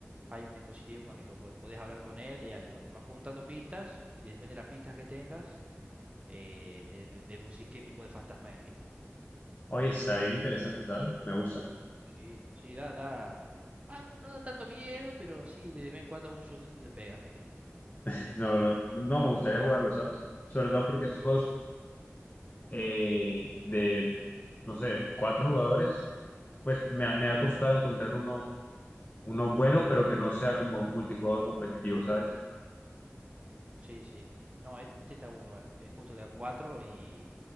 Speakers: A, on the right; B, on the left.
A: hay un dispositivo con el que po- podés hablar con él, y ahí, bueno, vas juntando pistas, y depende de las pistas que tengas, eh, de- de- deducís qué tipo de fantasma es, ¿viste?
B: Oye, está bien interesante, ¿sabes? Me gusta.
A: Sí, sí, da, da. bueno no, no da tanto miedo, pero sí, de vez en cuando un sustito te pegas, ¿viste?
B: <laughs> No, no, no me gustaría jugarlo, ¿sabes? Sobre todo porque estos juegos eh, de, no sé, cuatro jugadores, pues me, ha- me ha costado encontrar uno uno bueno, pero que no sea como multijugador competitivo, ¿sabes?
A: Sí, sí. No, este está muy bueno. Es justo de a 4 y,